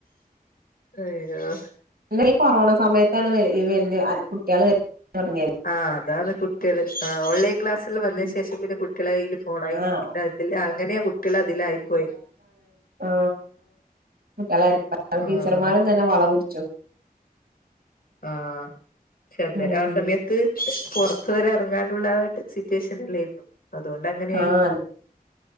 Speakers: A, on the left; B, on the right.
A: അയ്യോ
B: ന്നെ ഈ കൊറോണ സമയത്താണ് വെ ഈ വെല്ല്യ അൽ കുട്ട്യേള് വെര് താെട്ങ്ങ്യെത്
A: ആഹ് അതാണ് കുട്ട്യെള് ആഹ് ഓൺലൈൻ ക്ലാസ് ള് വന്ന
B: ഉം
A: ശേഷം പിന്നെ കുട്ടിളെ കയ്യ്ല് ഫോണായി
B: ആഹ്
A: പിന്നെ അതില് അങ്ങനെയാ കുട്ടിളെ തിലായി പോയി.
B: ആ കുട്ടിള <unintelligible> ടീച്ചർമാരും
A: ആഹ്
B: തന്നെ വള കുടിച്
A: ആഹ് ചെൽന്നേരം
B: ഉം
A: ആ സമയത്ത് പൊർത്ത് വരെ എറങ്ങാണ്ടുള്ള സിറ്റുവേഷനില്ലെ അതുകൊണ്ട് അങ്ങനെയായി.
B: ആഹ്